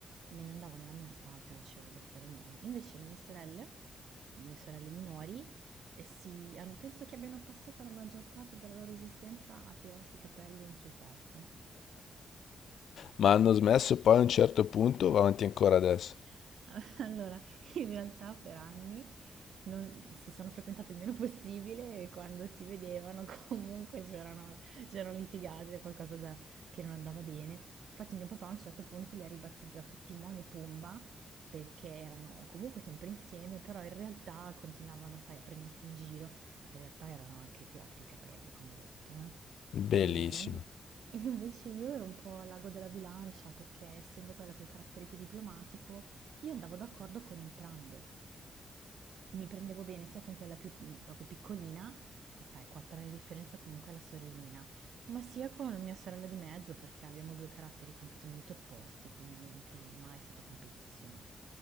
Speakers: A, on the right (about 80°); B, on the left (about 80°).
A: me ne andavo nella mia stanza e facevo gli affari miei. Invece le mie sorelle, le mie sorelle minori, eh, si, han- penso che abbiano passato la maggior parte della loro esistenza a tirarsi i capelli e insultarsi.
B: Ma hanno smesso poi a un certo punto, va avanti ancora adesso.
A: <laughs> Allora, in realtà per anni non si sono frequentate il meno possibile e quando si vedevano <laughs> comunque c'erano, c'erano litigate, qualcosa da- che non andava bene. Infatti mio papà a un certo punto li ha ribattezzati Timone e Pumba perché erano comunque sempre insieme, però in realtà continuavano, sai, a prendersi in giro. Ah, In realtà erano anche tirati i capelli, come ho detto, eh.
B: Bellissimo.
A: E, in- <laughs> e invece io ero un po' al lago della bilancia perché essendo quella col carattere più diplomatico, io andavo d'accordo con entrambe. Mi prendevo bene sia con quella più mm, proprio piccolina, che sai, 4 anni di differenza comunque è la sorellina, ma sia con la mia sorella di mezzo perché abbiamo due caratteri completamente opposti, quindi anche lì mai è stata competizione.